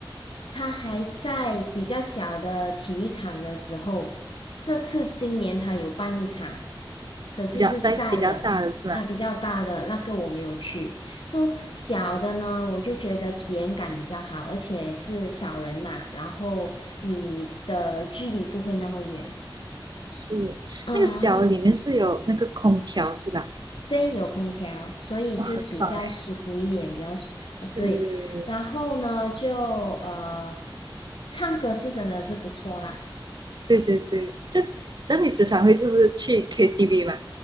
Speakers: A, on the left; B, on the right.
A: 他还在比较小的体育场的时候，这次今年他有办一场，可是是在的啊，
B: 比较在比较大的是吗？
A: 比较大的那个我没有去，说小的呢，我就觉得体验感比较好，而且是少人嘛，然后你的距离不会那么远。
B: 是那个小的里面是有那个空调是吧？
A: 嗯，然后对，有空调，所以是比较舒服一点，
B: 哇，很爽诶。
A: 比较舒，
B: 是，
A: 呃，对。然后呢，就呃，唱歌是真的是不错啦。
B: 对对对，就那你时常会就是去 KTV 吗？